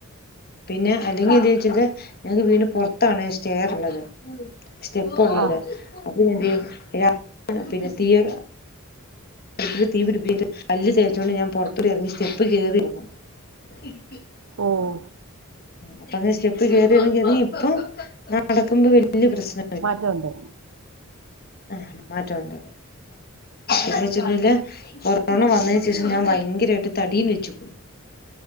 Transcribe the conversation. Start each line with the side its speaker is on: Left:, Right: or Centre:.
Left: പിന്നെ അല്ലെങ്കി എന്ത്യ്യുംച്ച്ട്ട് ഞങ്ങക്ക് വീട്ന്റെ പൊർത്താണെ സ്റ്റെയറ്ള്ളത് സ്റ്റെപ്പുള്ളത്
Right: ആഹ്
Left: അപ്പോ പിന്നെ എന്തെയ്യും രാവിലെ പിന്നെ തീയ് അടുപ്പില് തീ പിടിപ്പിച്ട്ട് പല്ല് തേച്ചോണ്ട് ഞാൻ പൊറത്തൂടി എറെങ്ങി സ്റ്റെപ്പ് കേറി <unintelligible>
Right: ഓഹ്
Left: അപ്പങ്ങനെ സ്റ്റെപ്പ് കേറിയെറെങ്ങി എറെങ്ങി ഇപ്പം നടക്ക്മ്പോ വല്യ പ്രശ്ന
Right: മാറ്റ ഉണ്ട്
Left: ആഹ് മാറ്റമുണ്ട് പിന്നെ വെച്ചിട്ണ്ടേല് കൊറോണ വന്നേന് ശേഷം ഞാൻ ഭയങ്കരായ്ട്ട് തടീം വെച്ചു